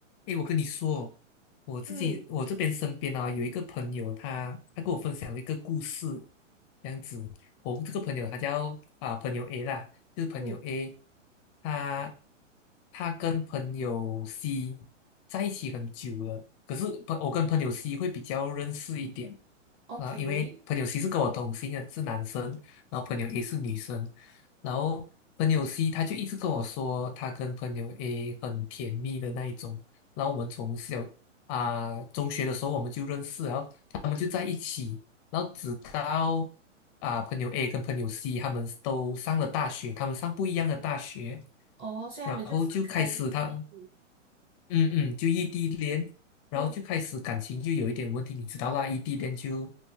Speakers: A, on the left; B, on the right.
A: 诶，我跟你说，我自己我这边身边啊有一个朋友他，
B: 嗯
A: 他跟我分享了一个故事，这样子。我这个朋友他叫啊朋友 A 啦，就是朋友
B: 嗯
A: A，他他跟朋友 C 在一起很久了，可是朋我跟朋友 C 会比较认识一点
B: ？OK，
A: 啊，因为朋友 C 是跟我同姓的，是男生，然后朋友 A 是女生，然后朋友 C 他就一直跟我说他跟朋友 A 很甜蜜的那一种。然后我们从小啊、中学的时候我们就认识了然后他们就在一起，然后直到啊、朋友 A 跟朋友 C 他们都上了大学，他们上不一样的大学，
B: 哦，所以他们就分开一地点点。
A: 然后就开始他嗯嗯，就异地恋，然后就开始感情就有一点问题，
B: 嗯
A: 你知道啦，异地恋就